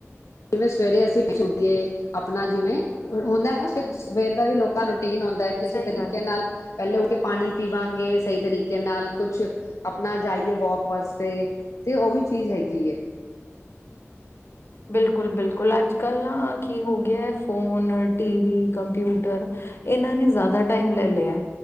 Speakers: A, on the left (about 80°); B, on the left (about 55°).
A: ਜਿਵੇਂ ਸਵੇਰੇ ਅਸੀਂ ਛੁਠਏ ਆਪਣਾ ਜਿਵੇਂ ਹੁੰਦਾ ਹੈ ਨਾ ਸਵੇਰ ਦਾ ਵੀ ਲੋਕਾਂ ਰੂਟੀਨ ਆਉਂਦਾ ਹੈ ਕਿ ਅਸੀਂ
B: ਸਹੀ
A: ਤਰੀਕੇ
B: ਗੱਲ ਹੈ।
A: ਨਾਲ ਪਹਿਲੇ ਉੱਠ ਕੇ ਪਾਣੀ ਪੀਵਾਂਗੇ ਸਹੀ ਤਰੀਕੇ ਨਾਲ ਕੁਛ ਆਪਣਾ ਜਾਈਏ ਵੋਕ ਵਾਸਤੇ ਤੇ ਉਹ ਵੀ ਚੀਜ਼ ਹੈਗੀ ਹੈ
B: ਬਿਲਕੁਲ ਬਿਲਕੁਲ ਅੱਜ ਕੱਲ ਨਾ ਕੀ ਹੋ ਗਿਆ ਫੋਨ ਟੀਵੀ ਕੰਪਿਊਟਰ ਇਹਨਾਂ ਨੇ ਜ਼ਿਆਦਾ ਟਾਈਮ ਲੈ ਲਿਆ